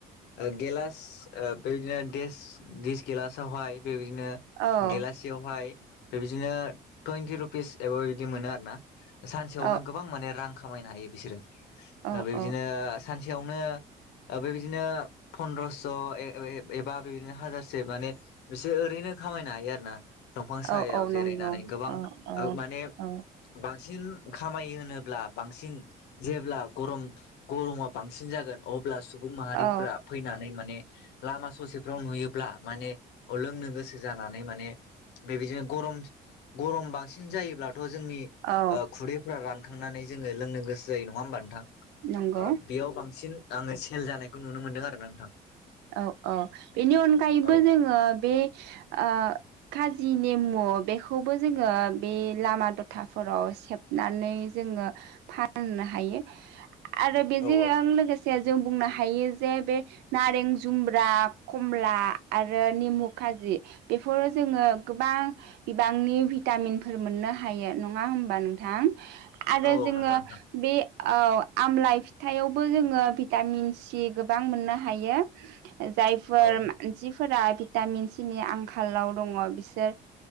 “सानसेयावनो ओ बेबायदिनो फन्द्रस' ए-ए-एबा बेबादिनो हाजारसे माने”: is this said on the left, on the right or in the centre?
Left